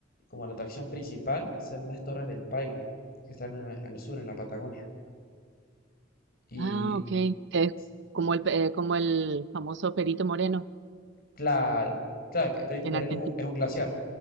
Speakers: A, on the left; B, on the right.
A: como la atracción principal, son las Torres del Paine, que están en- al sur, en la Patagonia. Y
B: Ah, ok, que es
A: s-
B: como el, pe- eh, como el famoso Perito Moreno
A: claro, claro, que Perito
B: en
A: Moreno
B: Argentina.
A: es un, es un glaciar,